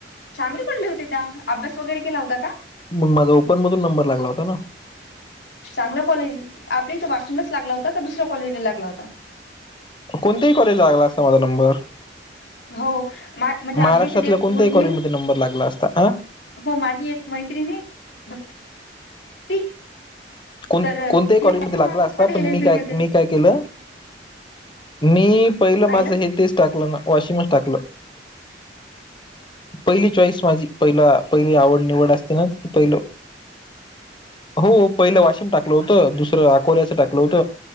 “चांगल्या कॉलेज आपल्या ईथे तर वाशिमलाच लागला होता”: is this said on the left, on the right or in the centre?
Left